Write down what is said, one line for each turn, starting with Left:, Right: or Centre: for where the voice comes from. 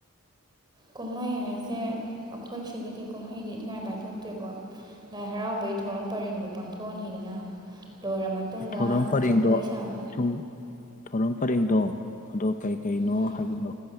Right: ꯀꯨꯝꯍꯩ ꯍꯥꯏꯁꯦ ꯑꯩꯈꯣꯏ ꯁꯤꯒꯤꯗꯤ ꯀꯨꯝꯍꯩꯗꯤ ꯊꯉꯥꯏ ꯄꯥꯏꯊꯣꯛꯇ꯭ꯔꯦꯕ ꯂꯥꯏ ꯍꯔꯥꯎꯕꯒꯤ ꯊꯧꯔꯝ ꯄꯔꯤꯡꯗꯨ ꯄꯥꯡꯊꯣꯛꯑꯅꯤꯗꯅ ꯂꯣꯏꯔ ꯃꯇꯨꯡꯗ
Left: ꯊꯧꯔꯝ ꯄꯔꯦꯡꯗꯣ
Right: ꯖꯒꯣꯏ ꯁꯥꯕ
Left: ꯁꯨꯝ ꯊꯧꯔꯝ ꯄꯔꯦꯡꯗꯣ ꯑꯗꯣ ꯀꯩ ꯀꯩꯅꯣ
Right: ꯎꯝ
Left: ꯍꯥꯏꯕꯗꯣ